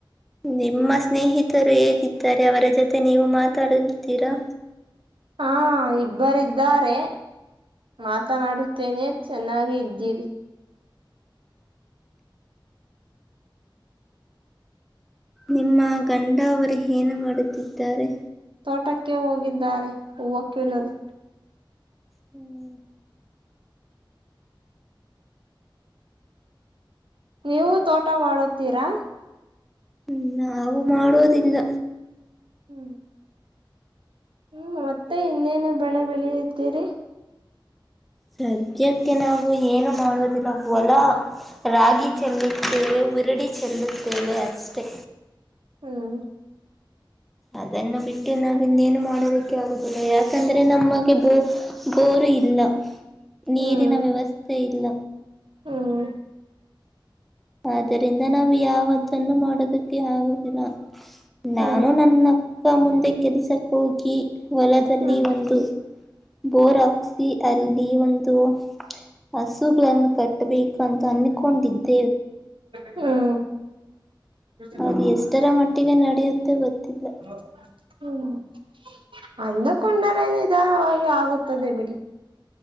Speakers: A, in the centre; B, on the right.
A: ನಿಮ್ಮ ಸ್ನೇಹಿತರು ಹೇಗಿದ್ದಾರೆ ಅವರ ಜೊತೆ ನೀವು ಮಾತಾಡತೀರಾ
B: ಹಾ ಇಬ್ಬರು ಇದ್ದಾರೆ ಮಾತನಾಡುತ್ತೇನೆ ಚೆನ್ನಾಗಿ ಇದ್ದೀವಿ
A: ನಿಮ್ಮ ಗಂಡ ಅವರು ಏನು ಮಾಡುತ್ತಿದ್ದಾರೆ
B: ತೋಟಕ್ಕೆ ಹೋಗಿದ್ದಾರೆ ಹೂವ ಕೀಳಲು
A: ಹ್ಮ್
B: ನೀವು ತೋಟ ಮಾಡುತ್ತೀರಾ
A: ಹ್ಮ್ ನಾವು ಮಾಡೋದಿಲ್ಲ
B: ಹ್ಮ್ ಹ್ಮ್ ಮತ್ತೆ ಇನ್ನೇನು ಬೆಳೆ ಬೆಳೆಯುತ್ತೀರಿ
A: ಸದ್ಯಕ್ಕೆ ನಾವು ಏನು ಮಾಡುವುದಿಲ್ಲ ಹೊಲ ರಾಗಿ ಚೆಲ್ಲುತ್ತೇವೆ <inaudible> ಉರಡಿ ಚೆನ್ನುುತ್ತೇವೆ ಅಷ್ಟೆ
B: ಹ್ಮ್
A: ಅದನ್ನು ಬಿಟ್ಟು ನಾವ ಇನ್ನೇನು ಮಾಡದಕ್ಕೆ ಆಗುದಿಲ್ಲ ಯಾಕಂದ್ರೆ ನಮಗೆ ಬೋ ಇಲ್ಲ ನೀರಿನ
B: ಹ್ಮ್
A: ವ್ಯವಸ್ಥೆ ಇಲ್ಲ
B: ಹ್ಮ್
A: ಆದರಿಂದ ನಾವ್ ಯಾವತ್ತನ್ನುೂ ಮಾಡ ಮಾಡೋದಕ್ಕೆ ಆಗುದಿಲ್ಲ ನಾನು
B: ಹ್ಮ್
A: ನನ್ನಕ್ಕ ಮುಂದೆ ಕೆಲಸ ಹೋಗಿ ಹೊಲದಲ್ಲಿ
B: ಹ್ಮ್
A: ಒಂದು ಬೋರ್ ಹಾಕ್ಸಿ ಅರಳಿ ಈ ಒಂದು ಹಸುಗಳನ್ನು ಕಟ್ಟಬೇಕು ಅಂತ ಅನ್ಕೊಂಡಿದ್ದೀನಿ
B: ಹ್ಮ <inaudible> <unintelligible>
A: ಅದು ಎಷ್ಟರ ಮಟ್ಟಿಗೆ ನಡೆಯುತ್ತೆ ಗೊತ್ತಿಲ್ಲ
B: ಹ್ಮ್ ಅಂದುಕೊಂಡರೆ ನಿಧಾನವಾಗಿ ಆಗುತ್ತದೆ ಬಿಡಿ <inaudible>